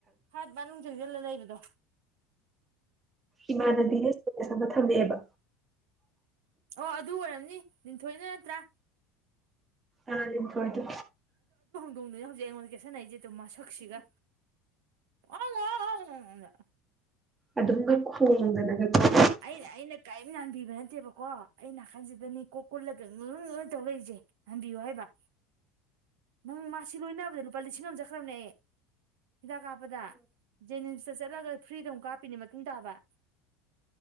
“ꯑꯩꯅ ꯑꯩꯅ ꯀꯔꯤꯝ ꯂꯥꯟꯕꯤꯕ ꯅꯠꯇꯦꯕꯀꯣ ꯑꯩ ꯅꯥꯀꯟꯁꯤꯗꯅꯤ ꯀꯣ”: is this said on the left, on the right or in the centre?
Right